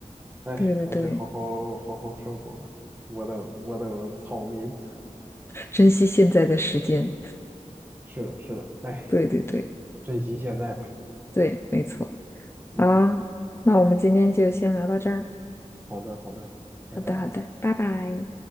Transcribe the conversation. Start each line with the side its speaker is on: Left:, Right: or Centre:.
Right: 哎，
Left: 对对对，
Right: 还是好好好好生活吧。我等我等草民。
Left: 珍惜现在的时间。
Right: 是的，是的，哎，
Left: 对对对
Right: 珍惜现在吧。
Left: 对，没错。
Right: 嗯，
Left: 好啦，那我们今天就先聊到这儿。
Right: 好的好的，拜拜。
Left: 好的好的，拜拜。